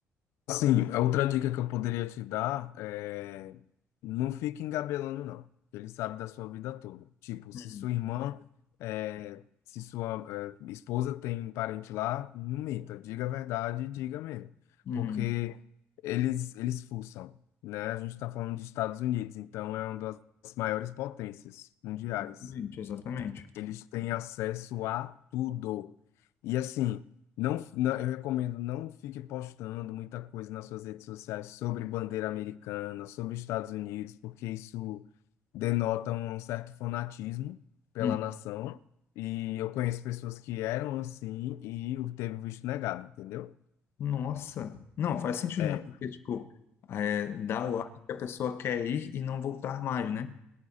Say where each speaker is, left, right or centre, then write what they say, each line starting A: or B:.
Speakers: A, on the left (about 85°); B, on the left (about 65°).
A: Assim, a outra dica que eu poderia te dar é não fique engabelando, não. Ele sabe da sua vida toda. Tipo, se
B: Uhum.
A: sua irmã, é, se sua, é, esposa tem parente lá, não minta, diga a verdade e diga mesmo.
B: Uhum.
A: Porque eles, eles fuçam, né? A gente está falando dos Estados Unidos, então é uma das maiores potências mundiais
B: Exatamente, exatamente.
A: eles têm acesso a tudo. E assim, não, não, eu recomendo não fique postando muita coisa nas suas redes sociais sobre bandeira americana, sobre Estados Unidos, porque isso denota um certo fanatismo pela
B: Uhum.
A: nação. E eu conheço pessoas que eram assim e o- teve o visto negado, entendeu?
B: Nossa, não, faz sentido,
A: É.
B: né? Porque, tipo, é, dá o ar que a pessoa quer ir e não voltar mais, né?